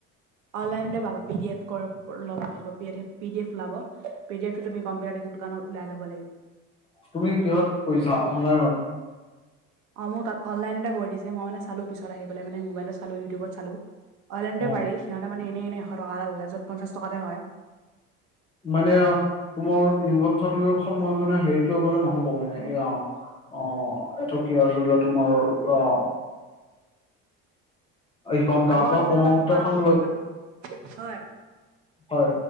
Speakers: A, on the right; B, on the left.
A: অনলাইনাবা পি ডি এফ লব লাগিব পি ডি এফ লব পি ডিফটো তু কম্পিউাৰোকান লাই ল'বাগিব
B: তুমি কিহত কৰিছা অনলাইনত
A: অ মোৰ তাত অনলাইনতে কৰি দিছে মইানে চালো পিত আহি পেল মে মোবাইলত চালো ইউটিউবত চালো অইলাইনতে
B: অ
A: পাৰি সিহঁ মান এনে এশ টকা এটা ল'লে যত পঞ্চা টকাতে হয়
B: মানে তোমাৰ ইনক চাৰ্টিফিকেট মই মানে হেৰিটো আ গলে নহব মানে এয়া অ এইটো কি আছিল তোমাৰ আহ এইখন গা
A: আগৰ
B: বা
A: নিচিনা
B: প্ৰমুতখন
A: মানে তোমাৰ তুমি
B: লোকে
A: হয়
B: হয়